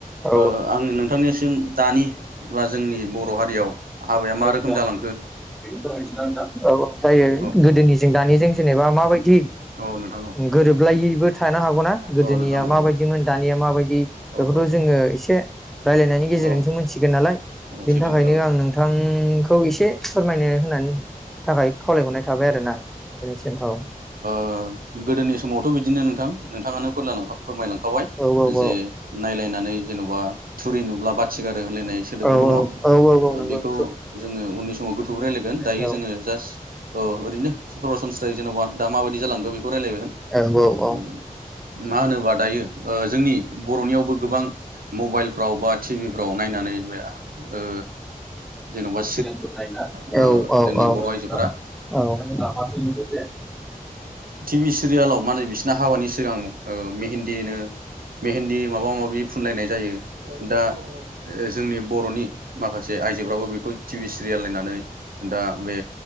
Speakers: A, in the centre; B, on the right (about 80°).
A: औ
B: ओ आं नोंथांनिसिम दानि बा जोंनि बर हारियाव हाबाया मा रोखोम
A: बेखौ
B: जालांखो
A: फोरमायनोसै ना नोंथां औ-औ जायो
B: औ
A: गोदोनिजों
B: औ
A: दानिजों जेनेबा माबायदि
B: औ नोंथां औ
A: गोरोबलायिबो थानो हागौना गोदोनिया
B: औ नोंथां औ
A: माबायदिमोन दानिया माबायदि
B: औ
A: बेखौथ
B: औ
A: जोङो एसे रायलायनायनि गेजेरजोंसो
B: औ
A: मोनथिगोन नालाय बेनि
B: सैथो
A: थाखायनो
B: नोंथां औ
A: आं नोंथांखौ इसे फोरमायनो होनानो थाखाय खावलायहरनाय थाबाय आरोना नोंथांनिसिम औ।
B: ओ‌ गोदोनि समावथ बिदिनो नोंथां नोंथाङानो फोरना-। फोरमायलांखाबाय
A: औ
B: जे
A: औ
B: नायलायनानै जेनबा थुरि नुब्ला बाथि गारो होनलायनाय सोदोबबो
A: औ
B: दङ
A: औ औ नंगौ
B: बेखौ
A: औ
B: जोङो उननि समाव गोथौ रायलायगोन
A: औ
B: दायो जोङो जास ओ ओरैनो सरासनस्रायै जेनबा दा माबायदि जालां खौ
A: औ
B: <unintelligible> मा होनोबा दायो जोंनि बरनियावबो गोबां मबाइलफ्राव बा टिभिफ्राव नायनानै बे ओ जेनबा
A: नायोना औ
B: ओ
A: -औ-
B: जोंनि
A: औ-
B: बर' आइजोफोरा
A: औ आइजोफोरा बिथांमोना मा सोलोंखो जे
B: टिभि सिरियालाव माने बिसिना हाबानि सिगां ओ मेहेन्दिनो मेहेन्दि माबा माबि फुनलायनाय जायो दा ओ जोंनि बरनि माखासे आइजोफ्राबो बेखौ भि सिरियेल नायनानै दा बे